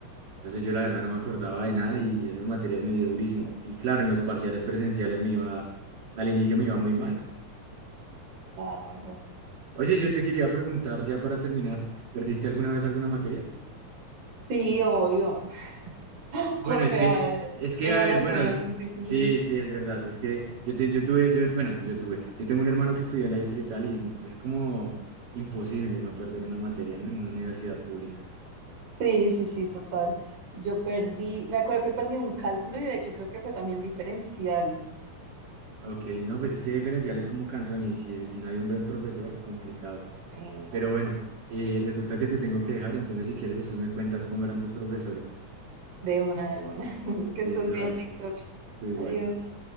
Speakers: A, on the right; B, on the right.
A: Entonces yo la verdad no me acordaba de nada y esas materias me dio durísimo. Y claro, en los parciales presenciales me iba, al inicio me iba muy mal.
B: Claro.
A: Oye, yo te quería preguntar ya para terminar, ¿perdiste alguna vez alguna materia?
B: Sí, obvio. <laughs>
A: Bueno,
B: O sea,
A: es que,
B: eh,
A: es que,
B: en
A: a
B: la
A: ver,
B: nacional
A: bueno,
B: es difícil.
A: sí, sí, es verdad. Es que yo, te- yo tuve, yo, bueno, yo tuve, yo tengo un hermano que estudió en la distrital y es como imposible no perder una materia, ¿no? En una universidad pública.
B: Sí, sí, sí, total. Yo perdí, me acuerdo que perdí un cálculo y de hecho creo que fue también diferencial.
A: Ok, no, pues es que diferencial es como canción y si, si no hay un buen profesor, complicado.
B: Sí, no.
A: Pero bueno, eh, resulta que te tengo que dejar, entonces si quieres después me cuentas cómo eran tus profesores.
B: De una, de una. <laughs> Que
A: Listo,
B: estés bien,
A: dale,
B: Víctor.
A: tú igual.
B: Adiós.